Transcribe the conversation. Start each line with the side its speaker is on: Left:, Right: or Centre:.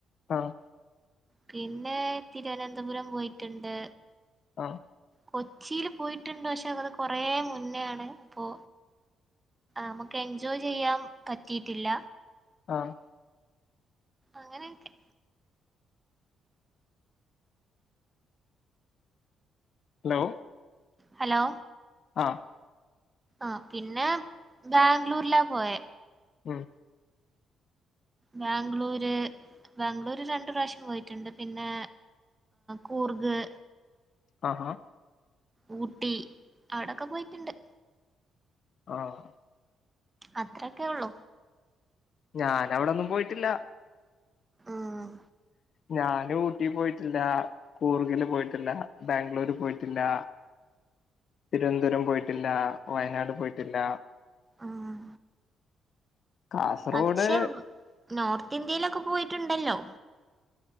Left: ആഹ്
Right: പിന്നെ തിരുവനന്തപുരം പോയിട്ടുണ്ട്
Left: ആഹ്
Right: കൊച്ചിൽ പോയിട്ടുണ്ട് പക്ഷെത് കൊറെ മുന്നയാണ് അപ്പൊ നമുക്ക് എൻജോയ് ചെയ്യാം പറ്റിയിട്ടില്ല
Left: ആഹ്
Right: അങ്ങനെയൊക്കെ
Left: ഹലോ
Right: ഹലോ
Left: ആഹ്
Right: ആഹ് പിന്നെ ബാ ഗ്ളൂരില പോയ
Left: ഉം
Right: ബാംഗ്ലൂര് ബാംഗ്ലൂര് രണ്ടു പ്രാവശ്യം പോയിട്ടുണ്ട് പിന്നെ കൂർഗ്
Left: ആഹാ
Right: ഊട്ടി അവിടൊക്കെ പോയിട്ടുണ്ട്
Left: ആഹ്
Right: അത്രൊക്കെ ഉള്ളു
Left: ഞാനവിടൊന്നും പോയിട്ടില്ല
Right: ആഹ്
Left: ഞാൻ ഊട്ടി പോയിട്ടില്ല കൂർഗില് പോയിട്ടില്ല ബാംഗ്ലൂര് പോയിട്ടില്ല തിരുവനന്തപുരം പോയിട്ടില്ല വയനാട് പോയിട്ടില്ല
Right: ഉം
Left: കാസർഗോഡ്
Right: പക്ഷെ നോർത്ത് ഇന്ത്യയിലൊക്കെ പോയിട്ടുണ്ടല്ലോ